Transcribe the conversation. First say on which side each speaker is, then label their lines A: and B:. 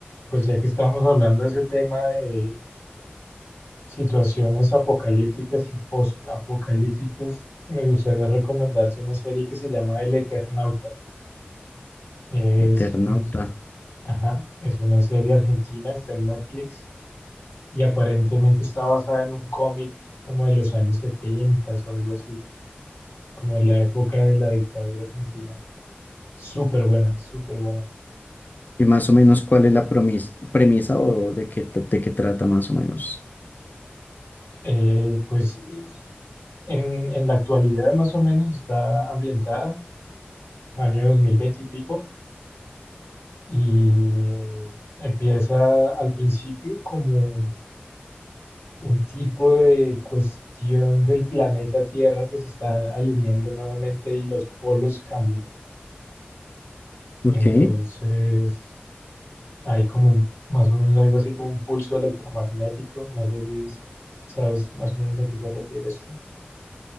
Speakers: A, on the left; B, on the left.
A: Pues ya que estamos hablando de ese tema de situaciones apocalípticas y post-apocalípticas, me gustaría recomendarte una serie que se llama El Eternauta. Es,
B: Eternauta.
A: un- ajá, es una serie argentina, está en Netflix y aparentemente está basada en un cómic como de los años 70 o algo así, como de la época de la dictadura argentina. Súper buena, súper buena.
B: Y más o menos, ¿cuál es la promis- premisa o de qué, t- de qué trata más o menos?
A: Eh, pues es- en, en la actualidad más o menos está ambientada año 2020 y pico, y eh, empieza al principio como un tipo de cuestión del planeta Tierra que se está alineando nuevamente y los polos cambian.
B: Ok,
A: Entonces hay como un- más o menos algo así como un pulso electromagnético, no sé si es- sabes más o menos a qué se refiere esto.